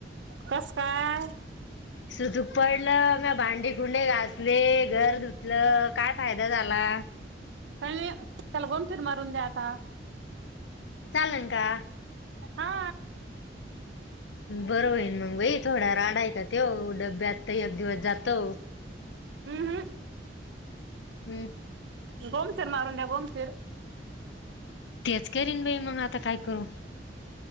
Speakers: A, on the right; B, on the left.
A: कसं काय?
B: सुतूक पडलं मग भांडी कुंडे घासले घर धुतलं काय फायदा झाला.
A: काय नाही <unintelligible> फिर मारून द्या आता
B: चालन का?
A: हा
B: बरं होईल मग बाई थोडा राडा आहे का तेव डब्यात एक दिवस जातो
A: अं, ह
B: हम्म,
A: गोमतीर मारून द्या गोमतीर.
B: तेचं करीन बाई मग आता काय करू.